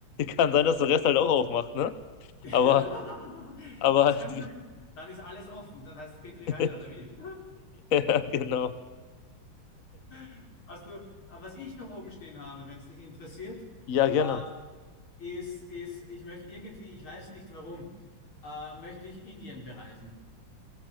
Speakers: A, on the left; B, on the left.
A: Kann sein, dass der Rest halt auch aufmacht, ne?
B: <laughs>
A: Aber, aber,
B: Das
A: die,
B: kann sein. Dann ist alles offen. Dann heißt es Petri
A: <laughs>
B: Heil oder wie?
A: ja, genau.
B: <laughs> Hast du, aber was ich noch oben stehen habe, wenn es dich interessiert,
A: Ja, gerne.
B: äh, ist, ist, ich möchte irgendwie, ich weiß nicht warum, äh, möchte ich Indien bereisen.